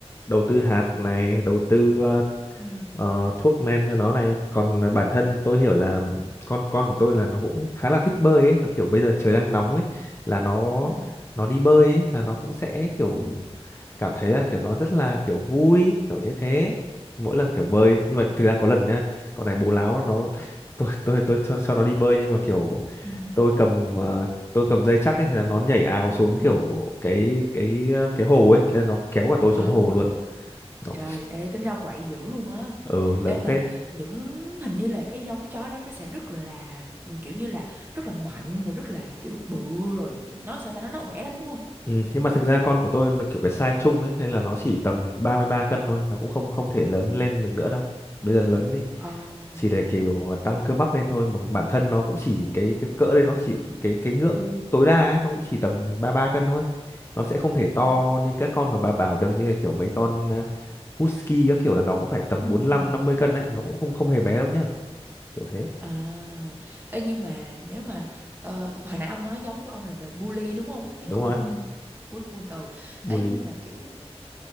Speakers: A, on the left (about 25°); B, on the right (about 20°).
A: đầu tư hạt này đầu tư ờ,
B: ừ
A: ờ, thuốc men cho nó này còn à, bản thân tôi hiểu là con con của tôi là nó cũng khá là thích bơi ấy nó kiểu bây giờ trời đang nóng ấy là nó
B: ừ
A: nó đi bơi ấy là nó cũng sẽ kiểu
B: ừ
A: cảm thấy là kiểu nó rất là kiểu vui kiểu như thế mỗi lần kiểu bơi
B: Ừ.
A: nhưng mà thực ra có lần nhá con này bố láo nó tôi tôi tôi cho, cho nó đi bơi nhưng mà kiểu
B: ừ
A: tôi cầm ờ, tôi cầm dây chắc ấy thì là nó nhảy ào xuống
B: ừ
A: kiểu cái cái cái hồ ấy nên nó kéo cả tôi xuống
B: Ờ,
A: hồ luôn Nó-
B: trời, ê, tính ra quậy dữ luôn á.
A: ừ lớn
B: Ê mà
A: phết
B: những hình như là cái giống chó đó nó sẽ rất là kiểu như là rất là mạnh và rất là kiểu bự rồi nó sao ta nó nó khỏe lắm đúng không?
A: Ừ, nhưng mà thực ra con của tôi nó kiểu cái size chung ấy nên là nó chỉ tầm 33 cân thôi, nó cũng không không thể lớn lên được nữa đâu. Bây giờ lớn thì
B: Ờ.
A: chỉ để kiểu tăng cơ bắp lên thôi, mà bản thân nó cũng chỉ cái cái cỡ đây nó chỉ cái cái ngưỡng tối đa ấy, nó cũng chỉ tầm ba mươi ba cân thôi. Nó sẽ không thể to
B: ừ
A: như các con mà bà bảo được như là kiểu mấy con ờ, husky các kiểu là nó cũng phải tầm
B: ừ
A: bốn
B: ừ.
A: lăm năm mươi cân đấy, nó cũng không không hề bé đâu nhá. Kiểu thế.
B: À, ê, nhưng mà nếu mà ờ, hồi nãy ông nói giống của ông là về bully đúng không? Cái
A: Đúng
B: con
A: rồi,
B: bull bull bull ừ.
A: bully.
B: Ê, nhưng mà kiểu